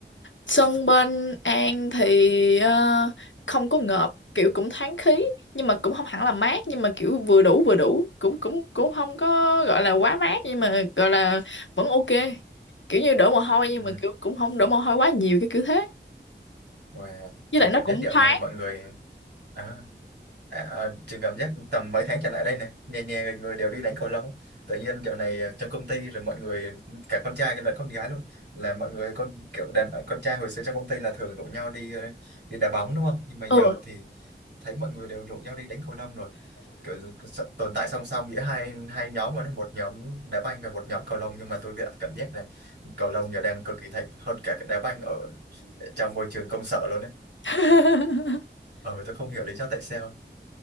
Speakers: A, on the left; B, on the right.
A: Sân bên An thì ờ, không có ngợp kiểu cũng thoáng khí nhưng mà cũng không hẳn là mát nhưng mà kiểu vừa đủ vừa đủ cũng cũng cũng không có gọi là quá mát nhưng mà gọi là vẫn ok kiểu như đổ mồ hôi
B: ừ.
A: nhưng mà kiểu cũng không đổ mồ hôi quá nhiều cái kiểu thế
B: Wow.
A: với
B: chơi
A: lại nó
B: cảm
A: cũng
B: giác dạo
A: thoáng
B: này mọi người à, À, à, trường cảm giác tầm mấy tháng trở lại đây nè nhà nhà người đều đi đánh cầu lông á. tự nhiên dạo này ờ, trong công ty rồi mọi người cả con trai lẫn con gái luôn là mọi người con kiểu đàn ờ, con trai hồi xưa trong công ty là thường rủ nhau đi ờ, đi đá bóng đúng không nhưng mà giờ
A: ừ
B: thì thấy mọi người đều rủ nhau đi đánh cầu lông rồi kiểu s- tồn tại song song giữa hai hai nhóm mà nó một nhóm đá banh và một nhóm cầu lông nhưng mà tôi cảm cảm giác là cầu lông giờ đang cực kỳ thịnh hơn cả cái đá banh ở ờ, trong môi trường công sở luôn đấy
A: <laughs>
B: ờ tôi không hiểu lý do tại sao